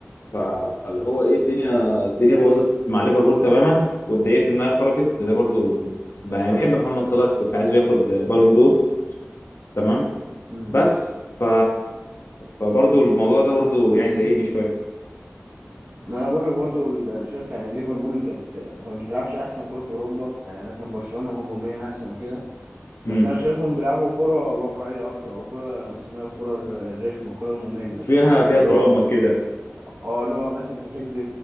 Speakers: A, on the left (about 65°); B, on the right (about 55°).
A: فاللي هو ايه الدنيا الدنيا باظت مع ليفربول تماما واتضايقت انها خرجت ده برضو ب- يعني بحب محمد صلاح كنت عايزه ياخد بالون دور تمام
B: مم.
A: بس ف فبرضو الموضوع ده برضو
B: والسيتي
A: يعني ضايقني شويه
B: ما انا بقول لك برضو ال- انا شايف يعني ليفربول كانت ما بتلعبش احسن كرة في اوروبا يعني مثلا برشلونة هجوميا احسن كده بس
A: امم
B: انا شايفهم بيلعبوا كرة واقعية اكتر او كرة انا بسميها الكرة الرخمة الكرة المملة
A: فيها فيها
B: اللي
A: دراما
B: هو
A: كده
B: اه اللي هو مثلا بيحب